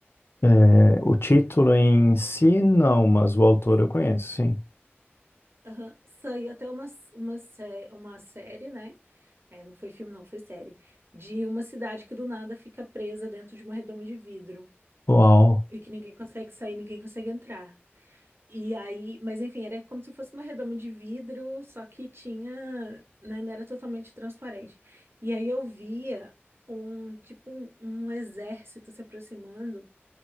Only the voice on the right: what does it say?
Aham, Saiu até uma, uma, sé- uma série, né? É, não foi filme, não, foi série. De uma cidade que do nada fica presa dentro de uma redoma de vidro.
E que ninguém consegue sair, ninguém consegue entrar. E aí, mas enfim, era como se fosse uma redoma de vidro, só que tinha, né, não era totalmente transparente. E aí eu via um, tipo, um, um exército se aproximando,